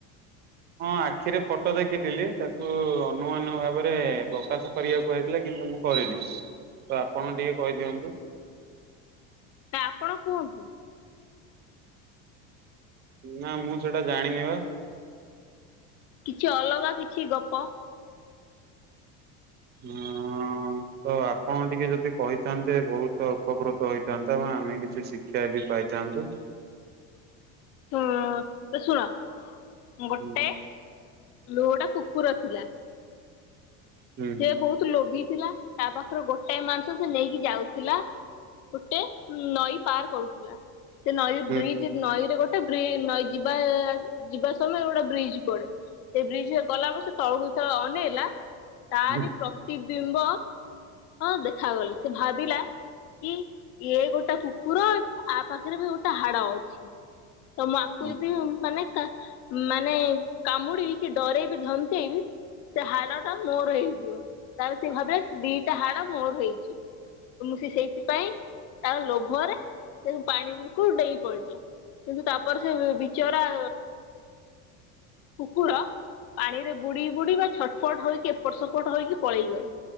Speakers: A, on the right (about 30°); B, on the left (about 50°).
A: ହଁ ଆଖିରେ ଫଟୋ ଦେଖିଥିଲି ତାକୁ ଅନ୍ୟମାନଙ୍କ ଭାବରେ ପ୍ରକାଶ କରିବାକୁ କୁହାଯାଇଥିଲା କିନ୍ତୁ ମୁଁ କରିନି ତ ଆପଣ ଟିକେ କହିଦିଅନ୍ତୁ।
B: ନାଇ ଆପଣ କୁହନ୍ତୁ।
A: ନା ମୁଁ ସେଇଟା ଜାଣିନି ପା।
B: କିଛି ଅଲଗା କିଛି ଗପ।
A: ଉଁ। ମୁଁ ତ ଆପଣ ଟିକେ ଯଦି କହିଥାନ୍ତେ ବୋହୁତ ଉପକୃତ ହୋଇଥାନ୍ତା ଏଣୁ ଆମେ କିଛି ଶି କ୍ଷା ବି ପାଇଥାନ୍ତୁ।
B: ତ ତ ଶୁଣ ଗୋଟେ
A: ହୁଁ
B: ଲୋ ଏଟା କୁକୁର ଥିଲା ସେ
A: ହୁଁ
B: ବୋହୁତ ଲୋଭିଥିଲା ତା ପାଖରେ ଗୋଟାଏ ମାଂସ ସେ ନେଇକି ଯାଉଥିଲା ଗୋଟେ ନଈ ପାର କରୁଥିଲା ସେ ନଈ
A: ହୁଁ
B: ବ୍ରିଜ ନଈରେ ଗୋଟେ ବ୍ରି ନଈ ଯିବା ଯିବା ସମୟରେ ଗୋଟେ ବ୍ରିଜ ସେ ବ୍ରିଜ ଗଲାପରେ ସେ ତଳକୁ ତଳେ ଅନେଇଲା ତାଆରି
A: ହୁଁ
B: ପ୍ରତି ବିମ୍ବ ହଁ ଦେଖାଗଲେ ସେ ଭାବିଲା କି ଇଏ ଗୋଟେ କୁକୁର ଆ ପାଖରେ ବି ଗୋଟେ ହାଡ ଅଛି। ତ ମୁଁ ଆକୁ
A: ହୁଁ।
B: ଯଦି ମାନେ କାଞମାନେ କାମୁଡିବି କି ଡରଇବି ଧମକେଇବି ସେ ହାଡ଼ଟା ମୋର ହେଇଯିବ ତାହେଲେ ସିଏ ଭାବିବେ ଦି ସେ ହାଡ଼ ମୋର ହେଇଚି ତ ମୁଁ ସେ ସେଇଥିପାଇଁ ତାର ଲୋଭରେ ସେ ପାଣିଙ୍କୁ ଡେଇଁ ପଡିଲା, କିନ୍ତୁ ତାପରେ ସେ ବିଚରା କୁକୁର ପାଣିରେ ବୁଡିବୁଡି ବା ଛଟପଟ ହେଇକି ଏପଟ ସେପଟ ହେଇକି ପଳେଇଗଲା।